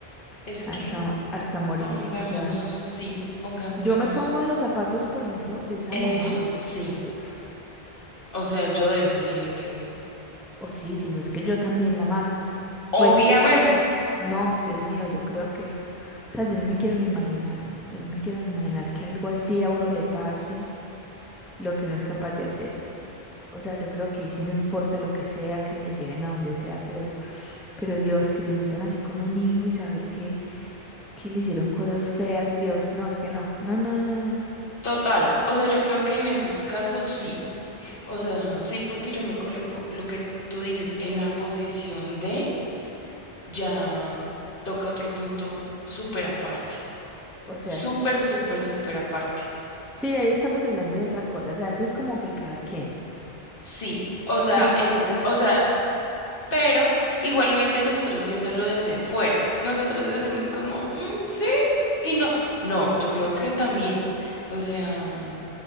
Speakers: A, on the left (about 60°); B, in the centre.
A: es
B: hasta,
A: que
B: hasta morir.
A: pongámonos,
B: O sea,
A: sí, pongámonos
B: yo me pongo en los zapatos, por ejemplo, de esa
A: eso,
B: mamá,
A: sí.
B: uf,
A: O sea, yo dejo que le peguen.
B: o sí, si no es que yo también la mato.
A: Obviamente,
B: Pues, uf, no, Dios mío, yo creo que, o sea, yo no me quiero ni imaginar, yo no me quiero ni imaginar que algo así a uno le pase, lo que uno es capaz de hacer. O sea, yo creo que ahí sí no importa lo que sea, que me lleven a donde sea, pero, pero Dios, que se metan así con un hijo y saber que, que le hicieron cosas feas, Dios, no, es que no, no, no, no, no.
A: total. O sea, yo creo que en esos casos sí. O sea, sí, porque yo me coloco lo que tú dices en la posición de ya toca otro punto súper aparte.
B: O sea,
A: Súper,
B: sí.
A: súper, súper aparte.
B: Sí, ahí estamos hablando de otra cosa, o sea, eso es como que cada quien.
A: Sí, o sea,
B: ¿Qué pensará?
A: en, o sea, pero igualmente nosotros viéndolo desde afuera, nosotros decimos como, "Mm, sí y no. No, yo creo que también. O sea,